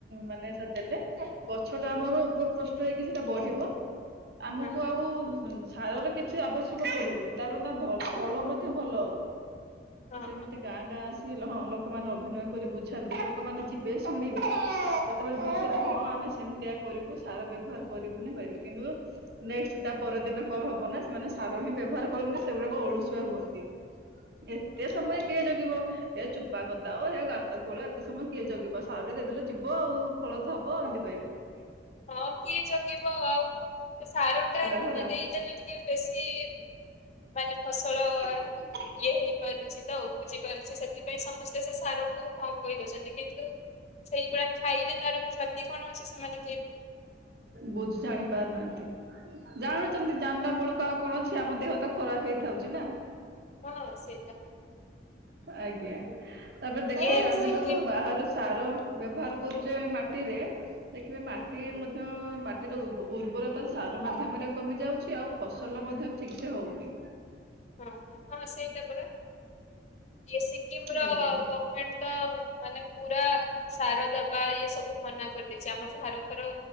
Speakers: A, on the right; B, on the left.
A: ମାନେ ସାର ଦେଲେ ଗଛ ଟା ଆମର ଉପକୃଷ୍ଟ ହେଇକି ସେଟା ବଢିବ। ଆମକୁ
B: ହଁ
A: ଆଉ ସାରର କିଛି ଆବଶ୍ୟକ ପଡିବନି ତାପ ତା ଭ ଫଳ ମଧ୍ୟ ଭଲ ହବ
B: ହଁ ହଁ
A: ସେମିତି ଗାଁ ଗାଁ ଆସ ସ ହଁ ଲୋକମାନେ ଅଭିନୟ କରି ବୁଝାନ୍ତି ଲୋକମାନେ ଯିବେ ଶୁଣିବେ। ଯେତେବେଳେ ବୁଝେ ଯେ ହଁ ଆମେ ସେମିତିଆ କରିବୁ ସାର ବ୍ୟବହାର କରିବୁନି କହିବେ କିନ୍ତୁ ନେକ୍ସଟ ତା ପରଦିନ କଣ ହବ ନା ସେମାନେ ସାର ହିଁ ବ୍ୟବହାର କରନ୍ତି ସେଗୁଡାକ ଅଳୁସୁଆ ହୁଅନ୍ତି ଏତେ ସମୟ
B: ହଁ
A: କିଏ ଜଗିବ। ଏ ଚୋପା ଗଦାଅ ଏ ଗାତ ଖୋଳ ଏତେ ସମୟ କିଏ ଜଗିବ ସାରଟିକେ ଦେଇଦେଲେ ଯିବ ଆଉ ଫଳ ତ ହବ ଏମିତି କହିବେ। <inaudible>
B: ହଁ କିଏ ଜଗିବ ଆଉ। ସେ ସାର ଟା
A: ସେଟା
B: ମାନେ
A: ପରା
B: ଦେଇଦେଲେ ଟିକେ ବେଶୀ ମାନେ ଫସଲ
A: <inaudible>
B: ଇଏ ହେଇପାରୁଛି ତ ଉପୁଜି ପାରୁଛି ସେଥିପାଇଁ ସମସ୍ତେ ସେ ସାରକୁ ହଁ କହିଦଉଛନ୍ତି କିନ୍ତୁ ସେଇଗୁଡା ଖାଇଲେ ତାର କ୍ଷତି କଣ ହଉଛି ସେମାନେ କେ
A: ବୁଝ ଜାଣିପାରୁନାହାନ୍ତି ଜାଣୁଛନ୍ତି ଜାନଲା ବେଳକୁ ଆଉ କଣ ଅଛି ଆମ ଦେହ ତ ଖରାପ ହେଇ ହଉଛି ନା।
B: ହଁ ସେଇଟା
A: ଆଜ୍ଞା ତାପରେ ଦେଖିବେ
B: ଇଏ
A: ଆମେ
B: ସିକିମ
A: ଯୋଉ ବାହାର ସାର ବ୍ୟବହାର କରୁଛେ ମାଟିରେ ଦେଖିବେ ମାଟି
B: ହଁ।
A: ମଧ୍ୟ ଟିର ଉର୍ବରତା ସାର ମାଧ୍ୟମରେ କମି ଯାଉଛି ଆଉ ଫସଲ ମଧ୍ୟ ଠିକ ସେ ହଉନି।
B: ହଁ ହଁ ହଁ ସେଇଟା ପରା ଇଏ ସିକିମ ର
A: ଆଜ୍ଞା
B: ଗମେଣ୍ଟ ତ ମାନେ ପୁରା ସାର ଦବା ଇଏ ସବୁ ମନା କରିଦେଇଛି ଆମ ଭାରତର